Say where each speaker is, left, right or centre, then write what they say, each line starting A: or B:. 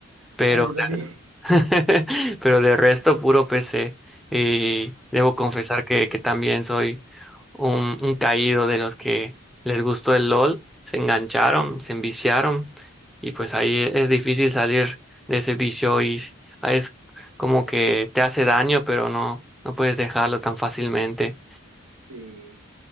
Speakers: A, in the centre; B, on the right.
A: pero
B: Ah, yo también.
A: <laughs> pero de resto puro PC y debo confesar que, que también soy un, un caído de los que les gustó el LOL, se engancharon, se enviciaron y pues ahí e, es difícil salir de ese vicio y s- ah, es como que te hace daño, pero no, no puedes dejarlo tan fácilmente.
B: <laughs> Sí.